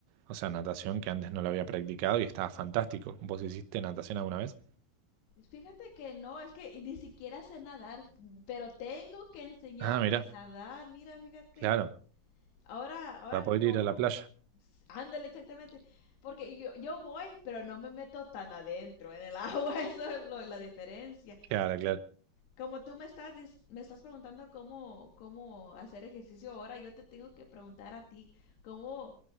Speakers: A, on the right; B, on the left.
A: o sea, natación que antes no lo había practicado y estaba fantástico. ¿Vos hiciste natación alguna vez?
B: Fíjate que no, es que y ni siquiera sé nadar, pero tengo que enseñarme
A: Ah, mira,
B: a nadar. Mira, fíjate.
A: claro,
B: Ahora, ahora
A: para poder
B: como...
A: ir a la playa.
B: Ándale, exactamente. Porque yo, yo voy, pero no me meto tan adentro en el <laughs> agua. Eso es lo- la diferencia.
A: Claro, claro.
B: Como tú me estás, dis- me estás preguntando cómo, cómo hacer ejercicio ahora, yo te tengo que preguntar a ti cómo,